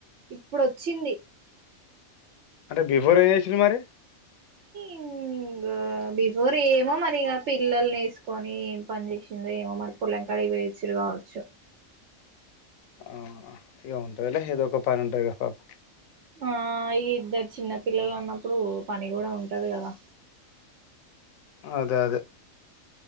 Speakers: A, on the right; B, on the left.
A: ఇప్పుడు వచ్చింది
B: అంటే బిఫోర్ ఏం చేసిళ్ళు మరి
A: ఇంగా బిఫోర్ ఏమో మరి ఇగ పిల్లల్ని ఎసుకొని ఏం పని చేసిందో ఏమో మరి పులంకాడికి పో్యెచిర్రు కావచ్చు
B: ఆ ఇగ ఉంటందిలే ఏదో ఒక పని ఉంటది కదా పాపకి
A: ఆ ఇగ ఇద్దరు చిన్న పిల్లలు అన్నప్పుడు పని కూడా ఉంటది కదా
B: అదే అదే